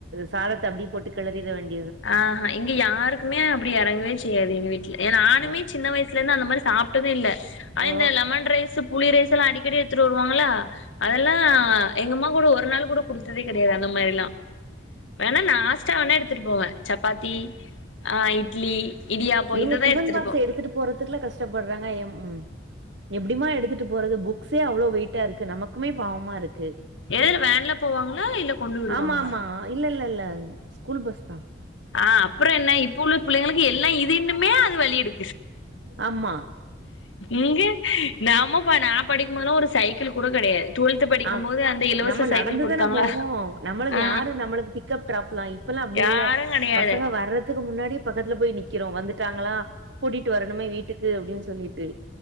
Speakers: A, on the right; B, on the left.
A: சாரத்தை அப்படிய போட்டு கிளறிட வேண்டிய
B: ஆஹ்ஹா இங்க யாருக்குமே அப்படி இறங்கவே செய்யாது எ வீட்டுல ஏ நானமே
A: ஓ
B: சின்ன வயசுல இருந்து அந்த மாதிரி சாப்பிட்டதும் இல்ல ஆஹ்
A: ஓ.
B: இந்த லெமன் ரைஸ் புளி ரைஸ் எல்லாம் அடிக்கடி எடுத்துட்டு வருவாங்களா அதெல்லாம் எங்க அம்மா கூட ஒரு நாள் கூட குடுத்ததே கெடையாது அந்த மாதிர எல்லாம் வேணண்ணா ஆஸ்டா வேன எடுத்து எடுத்துட்டு போவேன் சப்பாத்தி ஆஹ் இட்லி இடியாப்போ
A: இவங்க
B: இததா
A: டிஃபன் பாக்ஸ்
B: போவ
A: எடுத்துட்டு போறதுக்குல கஷ்டப்படுறாங்க என் உம் எப்படிமா எடுத்துட்டு போறது புக்ஸே அவ்வளோ வெயிட்டா இருக்கு நமக்குமே பாவமா இருக்
B: எதுல வேன்ல போவாங்களா இல்ல கொண்டு விடுவாங்களா.
A: ஆமா ஆமா இல்ல இல்ல இல்ல ஸ்கூல் பஸ்தா.
B: ஆஹ அப்புற என்ன இப்ப உள்ள புள்ளைங்களுக்கு எல்லாம் இதுன்ன. மே அது வழிடு.
A: ஆம்மா.
B: இங்க நாமப்பா நான் படிக்கும் போது ஒரு சைக்கிள். கூட கெடையாது டுவெல்த் படிக்கும்போது
A: ஆம்
B: அந்த இலவச
A: நம்ம
B: சைக்கிள்
A: நடந்துதானே
B: குடுத்தாங்களா
A: போவோம் நம்மளுக்கு
B: ஆ
A: யாரு நம்மளுக்கு பிக்கப் டிராப்லாம் இப்பல்லாம் அப்படி
B: யாரு
A: இல்ல
B: கெடையாது
A: பசங்க வர்றதுக்கு முன்னாடியே பக்கத்துல போய் நிக்கிறோம் வந்துட்டாங்களா கூட்டிட்டு வர. னுமே வீட்டுக்கு அப்படின்னு சொல். சொல்லிட்டு